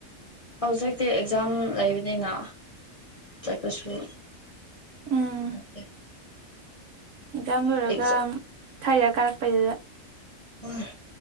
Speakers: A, on the left; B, on the right.
A: ꯍꯧꯖꯤꯛꯇꯤ ꯑꯦꯛꯖꯥꯝ ꯂꯩꯕꯅꯤꯅ ꯆꯠꯄꯁꯨ
B: ꯎꯝ
A: ꯃ <inaudible>
B: ꯑꯦꯛꯖꯥꯝ ꯂꯣꯏꯔꯒ
A: ꯆꯠ
B: ꯊꯩꯔ ꯀꯥꯔꯛꯄꯩꯗꯨꯗ
A: <inaudible>